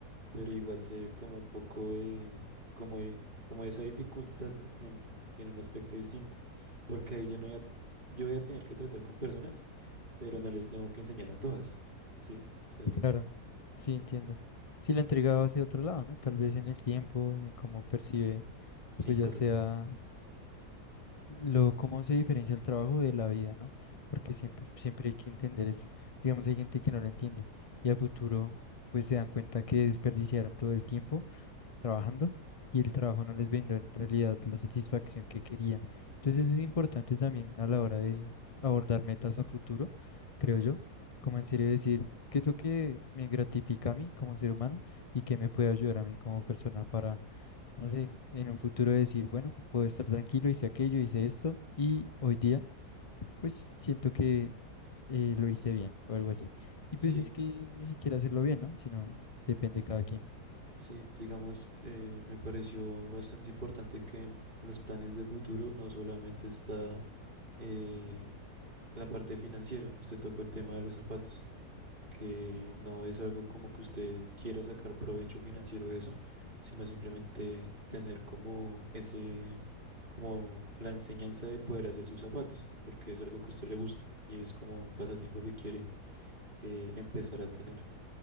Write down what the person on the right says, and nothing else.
pero igual se ve como un poco de, como de- como esa dificultad, ¿no? En, en un aspecto distinto, porque ahí yo no voy a, yo voy a tener que tratar con personas pero no les tengo que enseñar a todas, ¿sí? O sea, es...
Sí,
correcto.
Sí,
Sí, digamos, eh, me pareció bastante importante que en los planes de futuro no solamente está eh, la parte financiera, usted tocó el tema de los zapatos, que no es algo como que usted quiera sacar provecho financiero de eso, sino simplemente tener como ese, como la enseñanza de poder hacer sus zapatos, porque es algo que a usted le gusta y es como un pasatiempo que quiere eh, empezar a tener.